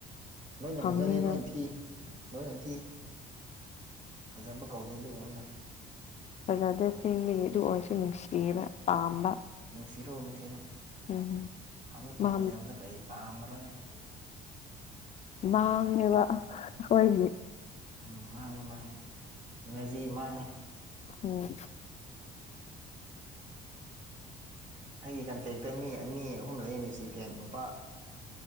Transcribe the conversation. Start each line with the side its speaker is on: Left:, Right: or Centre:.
Right: ꯂꯣꯏꯅ
Left: ꯍꯪꯅꯤꯅ
Right: ꯐꯖꯗꯦ ꯂꯣꯏꯅ ꯊꯤ ꯂꯣꯏꯅ ꯊꯤ ꯐꯖꯕ ꯀꯧꯗꯦ ꯑꯗꯨꯒꯨꯝꯕꯗꯣ
Left: ꯐꯖꯗꯦ ꯁꯦꯡꯕꯒꯤ ꯑꯗꯨ ꯑꯣꯏꯔꯁꯨ ꯅꯨꯡꯁꯤꯕ ꯄꯥꯝꯕ
Right: ꯁꯤꯔꯣ ꯅꯨꯡꯁꯤꯔꯣ
Left: ꯎꯝ
Right: ꯐꯪꯗ ꯐꯪꯉꯣꯏꯗꯕꯗ
Left: ꯃꯥ
Right: ꯀꯔꯤ ꯄꯥꯝꯕ꯭ꯔꯣꯍꯦ
Left: ꯃꯥꯥꯡꯉꯦꯕ ꯑꯈꯣꯢꯒꯤ
Right: ꯎꯝ ꯃꯥꯡꯉꯦ ꯃꯥꯡꯉꯦ ꯏꯅ꯭ꯔꯖꯤ ꯃꯥꯡꯉꯦ
Left: ꯎꯝ
Right: ꯑꯩꯒꯤ ꯀꯟꯇꯦꯛꯇ ꯃꯤ ꯑꯅꯤ ꯑꯍꯨꯝ ꯂꯩ ꯃꯦꯁꯤ ꯐꯦꯟ ꯅꯨꯄꯥ